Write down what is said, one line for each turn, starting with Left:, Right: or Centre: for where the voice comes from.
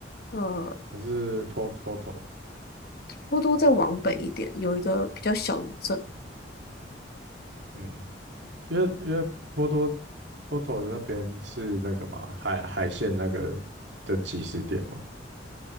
Left: 呃
Right: 还是 Port Porto？
Left: 波多再往北一点，有一个比较小的镇，
Right: 嗯，因为因为波多波头的那边是那个嘛，海海线那个的起始点嘛，